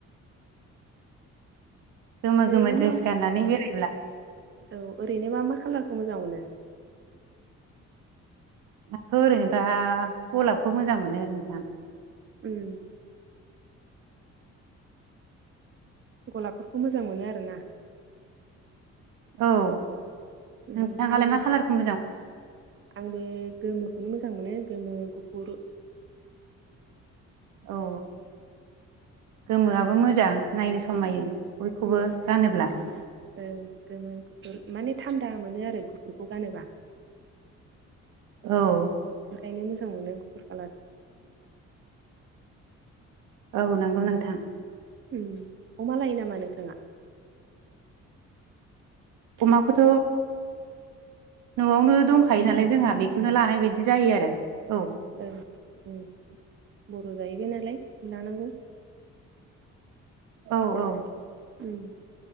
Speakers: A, on the right (about 80°); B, on the right (about 40°).
A: गोमो
B: ओरैनो
A: गोमो द्रेस
B: मा मा
A: गाननानै बेरायब्ला
B: औ ओरैनो मा मा खाालारखौ मोजां मोनो।
A: आथ' ओरैनोबा गलाबखौ मोजां मोनो नोंथां
B: उम गलाबफोरखौ मोजां मोनो आरो ना
A: औ
B: उम
A: नोंथाङालाय
B: आंबो
A: मा खालारखौ मोजां मोनो
B: आंबो गोमोखौनो मोजां मोनो गोमो गुफुर
A: औ गोमोआबो मोजां नायनो समायो। बयखौबो
B: उम
A: गानोब्ला
B: गोमो ओं गोमो गुफुर माने थान्दा मोनो आरो गुफुरखौ गानोबा
A: औ
B: ओंखायनो मोजां मोनो गुफुर कालार
A: औ नंगौ नोंथां
B: उम अमा लायो नामा नोंथाङा
A: अमाखौथ' न'आवनो दंखायो नालाय जोंहा बेखौनो लानाय बायदि जायो आरो औ।
B: ओ ओं बर' जाहैबाय नालाय लानांगौ
A: औ औ
B: उम।